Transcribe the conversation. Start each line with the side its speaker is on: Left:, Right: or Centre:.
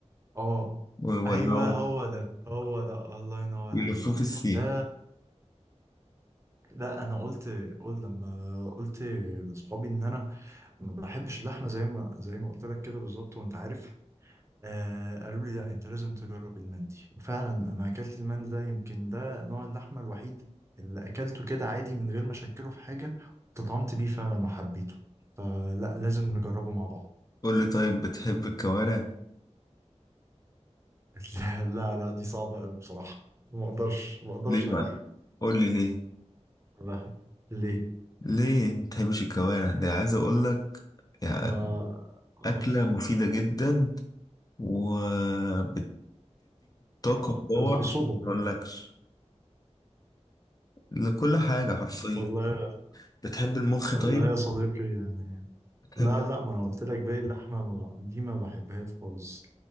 Right: اه
Left: ويولعوا
Right: ايوه هو ده هو ده الله ينور
Left: ويلفوه
Right: عليك
Left: في السيخ
Right: ده لا انا قلت قلت لما قلت لاصحابي ان انا ما بحبش اللحمه زي ما زي ما قلت لك كده بالظبط وانت عارف آه قالوا لي لا انت لازم تجرب المندي وفعلا انا اكلت المندي ده يمكن ده نوع اللحمه الوحيد اللي اكلته كده عادي من غير ما اشكله في حاجه تطعمت بيه فعلا وحبيته فلا لازم نجربه مع بعض
Left: قول لي طيب بتحب الكوارع
Right: <laughs> لا لا لا دي صعبه قوي بصراحه ما اقدرش ما اقدرش
Left: ليه
Right: عليها
Left: بقى قول لي ليه
Right: لا. ليه
Left: ليه ما بتحبش الكوارع ده عايز اقول لك يعني
Right: ما اه
Left: اكله مفيده جدا وبتديك طاقه
Right: آه،
Left: وباور
Right: الخصوبه
Left: ما اقولكش لكل حاجة حرفيا
Right: والله
Left: بتحب المخ
Right: والله
Left: طيب
Right: يا صديقي يعني
Left: بتحب
Right: لا لا ما انا قلت لك باقي اللحمه ما- دي ما بحبهاش خالص